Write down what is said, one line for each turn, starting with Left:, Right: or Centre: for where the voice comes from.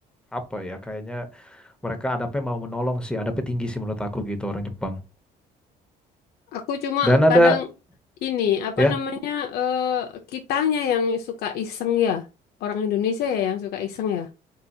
Centre: apa ya kayaknya mereka adabnya mau menolong sih, adabnya tinggi sih menurut aku gitu orang Jepang.
Left: aku cuma
Centre: Dan ada
Left: kadang ini apa
Centre: ya
Left: namanya eh kitanya yang suka iseng ya orang Indonesia ya yang suka iseng ya